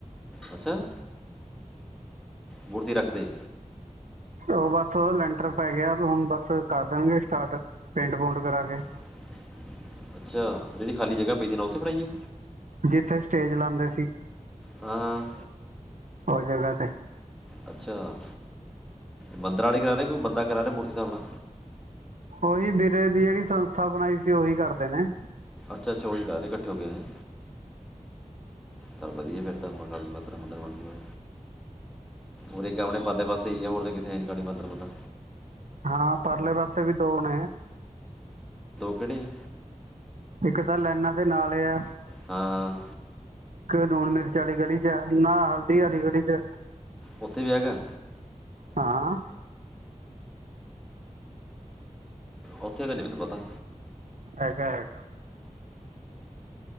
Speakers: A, in the centre; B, on the right.
A: ਅੱਛਾ ਮੂਰਤੀ ਰੱਖ ਤੀ
B: ਉਹ ਬੱਸ, ਉਹਦਾ ਲੈਂਟਰ ਪੈ ਗਿਆ। ਹੁਣ ਬੱਸ, ਕਰ ਦੇਣਗੇ ਸਟਾਟ ਪੇਂਟ ਪੂਟ ਕਰਾ ਕੇ।
A: <inaudible> ਅੱਛਾ! ਜਿਹੜੀ ਖਾਲੀ ਜਗ੍ਹਾ ਪਈ ਤੀ ਇਹਨਾਂ ਉੱਥੇ ਬਣਾਈਏ।
B: ਜਿੱਥੇ ਸਟੇਜ ਲਾਂਦੇ ਸੀ।
A: ਹਾਂ-ਹਾਂ,
B: ਓ ਜਗ੍ਹਾ ਤੇ।
A: ਅੱਛਾ! ਮੰਦਰਾਂ ਆਲੇ ਕਰਾ ਰਹੇ, ਕੇ ਕੋਈ ਬੰਦਾ ਕਰਾ ਰਿਹਾ ਮੂਰਤੀ ਸਥਾਪਨਾ।
B: ਉਹੀ ਵੀਰੇ ਦੀ ਜਿਹੜੀ ਸੰਸਥਾ ਬਣਾਈ ਸੀ। ਓਹੀ ਕਰਦੇ ਨੇ।
A: ਅੱਛਾ-ਅੱਛਾ, ਓਹੀ ਕਰ ਰਹੇ ਇਕੱਠੇ ਹੋ ਕੇ ਹੈਂ। ਤਾਂ ਵਧੀਆ ਫਿਰ, ਤਾਂ ਕਾਲੀ ਮਾਤਾ ਦਾ ਮੰਦਰ ਬਣ ਜੂਗਾ। ਉਰੇ ਇੱਕ ਆਪਣੇ ਪਰਲੇ ਪਾਸੇ ਹੀ ਆ ਹੋਰ ਤੇ ਕਿਤੇ ਹੈ ਹੀ ਨੀ ਕਾਲੀ ਮਾਤਾ ਦਾ ਮੰਦਰ
B: ਹਾਂ, ਪਰਲੇ ਪਾਸੇ ਵੀ ਦੋ ਨੇ
A: ਕਿਹੜੀ
B: ਇੱਕ ਤਾਂ ਲਾਈਨਾਂ ਦੇ ਨਾਲ਼ੇ ਐ
A: ਹਾਂ-ਹਾਂ
B: ਲੂਣ ਮਿਰਚ ਆਲੀ ਗਲੀ ਚ ਨਾ ਹਲਦੀ ਵਾਲੀ ਗਲੀ ਚ
A: ਓਥੇ ਵੀ ਹੈਗਾ
B: ਹਾਂ
A: ਉੱਥੇ ਦਾ ਨੀ ਮੈਨੂੰ ਪਤਾ
B: ਹੈਗਾ ਹੈਗਾ